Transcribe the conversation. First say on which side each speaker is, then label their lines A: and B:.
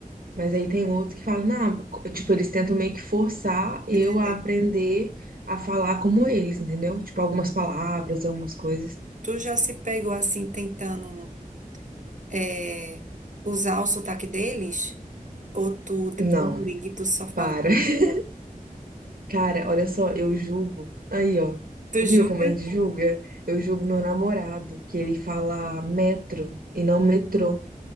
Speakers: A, on the right; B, on the right.
A: Mas aí tem outros que falam, não, co- tipo, eles tentam meio que forçar
B: Me
A: eu
B: Entendendo.
A: a aprender a falar como eles, entendeu? Tipo, algumas palavras, algumas coisas.
B: Tu já se pegou assim, tentando eh, usar o sotaque deles? Ou tu, tipo,
A: Não,
B: não liga e tu só fala
A: para.
B: como
A: <laughs>
B: tu fala?
A: Cara, olha só, eu julgo. Aí, ó.
B: Tu
A: Viu
B: julga?
A: como a gente julga? Eu julgo meu namorado, que ele fala metro e não metrô.